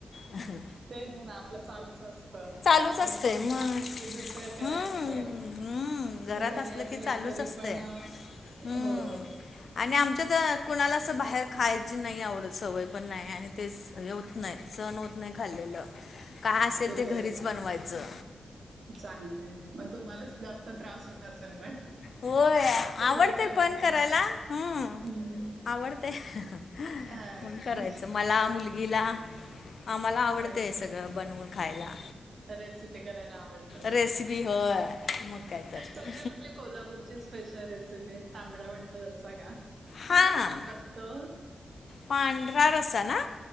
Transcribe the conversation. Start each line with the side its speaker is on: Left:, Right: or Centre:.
Left: अ हं.
Right: तेच ना आपलं चालच अस त
Left: चालूच असते
Right: एक काम
Left: मग
Right: झालं की दुसरं करायचं.
Left: हम्म, हम्म. घरात
Right: घरी असलं
Left: की चालूच
Right: तरी
Left: असते
Right: पण.
Left: हम्म.
Right: हो.
Left: आणि आमच्यात कुणाला असं बाहेर खायची नाई आवडत सवय पण नाययाय आणि तेच य होत नाय. सण होत नाय खाल्लेलं. काय असेल ते
Right: घरी.
Left: घरीच बनवायचं
Right: चांगलंय. मग तुम्हाला जास्त त्रास होत असल पण.
Left: होय.
Right: सगळं
Left: आवडतंय
Right: करायचं
Left: पण करायला.
Right: म्हणजे.
Left: हम्म.
Right: हम्म
Left: आवडतय. हं हं
Right: हा
Left: म्हणून
Right: का
Left: करायचं मला मुलगीला. आम्हाला आवडतंय
Right: अच्छा.
Left: सगळं बनवून खायला.
Right: रेसिपी करायला आवडतात.
Left: रेसिपी होय मग काय तर
Right: तुमचे कुठले कोल्हापूरचे स्पेशल रेसिपीए तांबडा पांढरा रस्सा का?
Left: हां
Right: कसा करतात तो?
Left: पांढरा रस्सा ना?